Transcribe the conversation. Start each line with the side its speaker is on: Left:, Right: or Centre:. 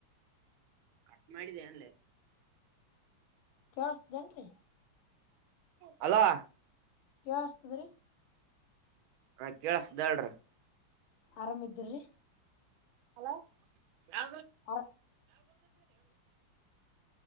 Right: ಕಟ್ ಮಾಡಿದೆ ಅಂದಲ್ಲೆ
Left: ಕೇಳಸ್್ದೇನ್ರಿ
Right: ಹಲೋ
Left: ಕೇಳಸ್ತದ್ರಿ
Right: ಹ ಕೇೇಳಸ್ದ್ಯಾಳ್ರ
Left: ಆರಾಮ ಇದ್ರರಿ
Right: ಹಲೋ <unintelligible> ಹಲೋ
Left: ಅರ